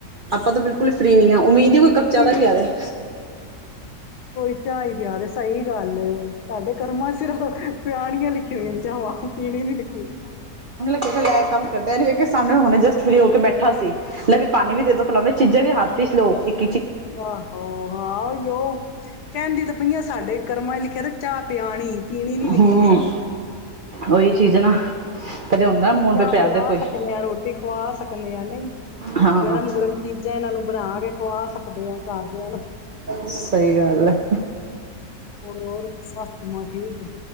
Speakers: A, on the right; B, on the left.
A: ਆਪਾਂ ਤਾਂ ਬਿਲਕੁਲ ਹੀ ਫਰੀ ਨਹੀਂ ਹਾਂ ਉਮੀਦ ਨਹੀ ਕੋਈ ਇੱਕ ਕੱਪ ਚਾਹ
B: ਫਰੀ
A: ਦਾ ਈ ਪਿਆ ਦੇ।
B: ਕੋਈ ਚਾਅ ਹੀ ਪਿਆ ਦੇ ਸਹੀ ਗੱਲ ਸਾਡੇ ਕਰਮਾਂ ਸਿਰਫ ਪਿਆਣੀਆਂ ਲਿਖੀਆਂ ਹੋਈਆਂ ਨੇ ਚਵਾਂ ਪੀਣੀ ਨੀ ਲਿਖੀ
A: ਲ ਕੰਮ ਕਰਦੇ ਐ ਨਹੀਂ ਵੇਖਿਆ ਸਮਣੇ ਹੋਣੇ ਜਸਟ ਫਰੀ ਹੋ ਕੇ ਬੈਠੇ ਅਠਾਸੀ ਪਾਣੀ ਵੀ ਦੇ ਦੋ ਫਲਾ ਚੀਜ਼ਾਂ ਵੀ ਹੱਥ <unintelligible>
B: ਆਹਹੋ ਹਾਂ ਯ ਕਹਿੰਦੀ ਤਾਂ ਪਈਆਂ ਸਾਡੇ ਕਰਮਾਂ ਲਿਖਿਆ ਤੇ ਚਾਹ ਪਿਆਣੀ ਪੀਣੀ ਨੀ ਲਿਖੀ
A: ਹੂੰ
B: ਸਾਡੇ
A: ਉਹੀ ਚੀਜ਼ ਨਾ ਕਦੇ ਹੁੰਦਾ
B: ਅਸੀਂ
A: ਮੂਡ
B: ਚਾਹ
A: ਤੇ
B: ਪਿਆ
A: ਦੇ ਕੋਈ
B: ਸਕਦੇ ਹਾਂ, ਰੋਟੀ ਖਵਾ ਸਕਦੇ ਹਾਂ, ਨਹੀਂ
A: ਹਾਂ
B: ਗਰਮ ਗਰਮ ਚੀਜ਼ਾਂ ਇਹਨਾਂ ਨੂੰ ਬਣਾ ਕੇ ਖਵਾ ਸਕਦੇ ਹਾਂ ਘਰਦਿਆਂ ਨੂੰ
A: ਸਹੀ <unintelligible>
B: ਹੋਰ ਸੱਸ ਮਾਂ ਠੀਕ